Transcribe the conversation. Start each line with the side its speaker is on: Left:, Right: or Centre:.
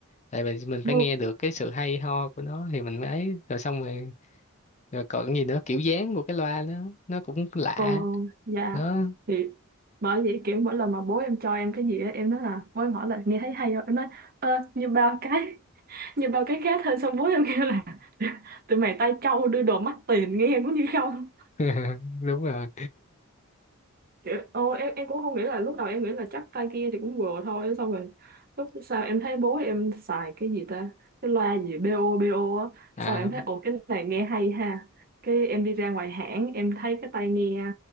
Left: tại vì mình
Right: mua
Left: phải nghe được cái sự hay ho của nó thì mình mới ấy rồi xong rồi rồi còn cái gì nữa kiểu dáng của cái loa đó nó cũng lạ
Right: ờ dạ
Left: đó
Right: thì bởi vậy kiểu mỗi lần mà bố em cho em cái gì á em nói là bố em hỏi là nghe thấy hay không em nói ơ như bao cái nhưng bao cái khác hơn xong bố em kêu là tụi mày tay trâu đưa đồ mắc tiền nghe cũng như không
Left: <laughs> đúng rồi
Right: Kiểu, ô, em em cũng không nghĩ là lúc đầu em nghĩ là chắc tay kia thì cũng vừa thôi xong rồi lúc sau em thấy bố em xài cái gì ta cái loa gì BO BO á
Left: à,
Right: sau em thấy ồ cái này nghe hay ha cái em đi ra ngoài hãng em thấy cái tai nghe